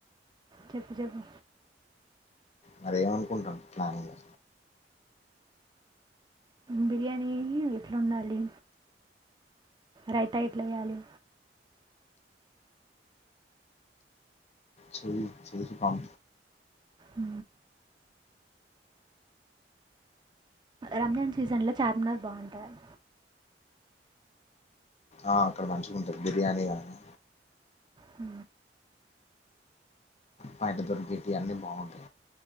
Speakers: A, on the right (about 25°); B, on the left (about 40°).
A: చెప్పు చెప్పు
B: మరేమనుకుంటాం ప్లాన్గా
A: బిర్యానీ ఎట్లా ఉండాలి రైతా ఎట్లాయ్యాలి
B: సే సే బం
A: అ రంజాన్ సీజన్ లో చార్మినార్ బాగుంటారు
B: ఆ అక్కడ మంచిగా ఉంటుది బిర్యానీ గాని
A: హ
B: బయట దొరి పెట్ అన్ని బాగుంటాయి